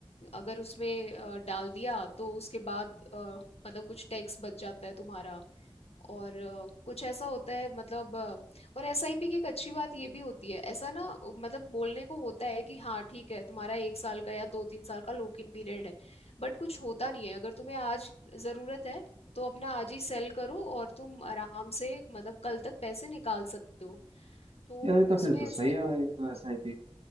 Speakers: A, on the left; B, on the right.
A: अगर उसमें अ, डाल दिया तो उसके बाद अ, मतलब कुछ टैक्स बच जाता है तुम्हारा और अ, कुछ ऐसा होता है मतलब अ, और एसआईपी की एक अच्छी बात ये भी होती है ऐसा ना अ, मतलब बोलने को होता है कि हाँ ठीक है तुम्हारा एक साल का या दो तीन साल का लॉक इन पीरियड है बट कुछ होता नहीं है अगर तुम्हें आज जरूरत है तो अपना आज ही सेल करो और तुम आराम से मतलब कल तक पैसे निकाल सकते हो तो
B: यार ये
A: उसमें
B: तो फिर तो सही
A: ऐसे
B: है भाई ये तो एस आई पी